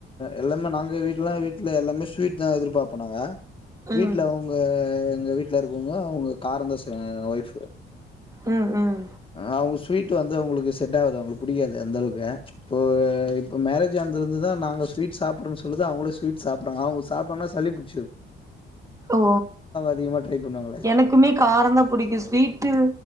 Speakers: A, on the left (about 25°); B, on the right (about 15°).
A: எல்லாமே நாங்க வீட்லல்லா வீட்ல எல்லாமே ஸ்வீட் தா எதிர்பாப்போம் நாங்க
B: ம்
A: வீட்ல உங்க எங்க வீட்ல இருக்கவங்க அவுங்க காரோந்தா செய்வாங்க எங்க ஒயிஃப்பு
B: ம் ம்
A: ஆ ஆ அவுங்க ஸ்வீட் வந்து அவுங்களுக்கு செட் ஆவாது அவுங்களுக்கு பிடிக்காது அந்தளவுக்கு இப்போ இப்போ மேரேஜ் ஆன தலந்துதா நாங்க ஸ்வீட் சாப்புறோன்னு சொல்லுது அவங்களு ஸ்வீட் சாப்புட்றாங்க அவங்க சாப்டங்கன்னா சளி புடி
B: ஓ
A: அதிகமா ட்ரை பண்ணுவாங்களே
B: எனக்குமே காரோ தா புடிக்கும் ஸ்வீட்டு